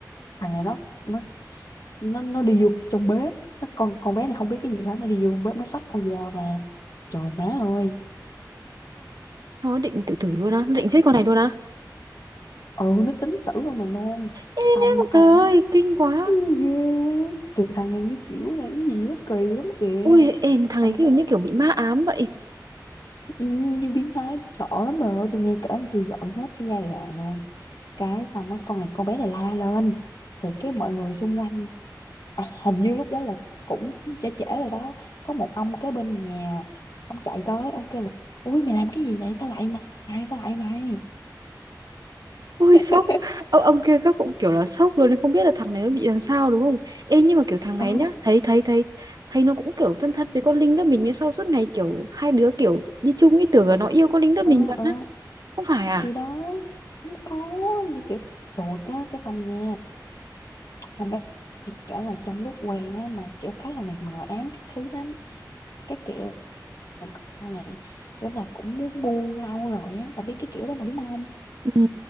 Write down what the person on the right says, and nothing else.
nó định tự tử luôn á, nó
định giết con này luôn á.
em
Trời ơi, kinh quá.
Ui, ê, thằng
này kiểu
như kiểu bị ma ám vậy.
Ui,
sốc. Ông, ông kia các cũng kiểu là sốc luôn, không biết là thằng này nó bị làm sao đúng không? Ê, nhưng mà kiểu thằng này
nhá, thấy thấy thấy thấy nó cũng kiểu thân thân với con Linh lớp mình như sau suốt ngày kiểu hai đứa kiểu đi chung ý tưởng là nó yêu con Linh lớp mình
mà. Không phải à?
Ừ,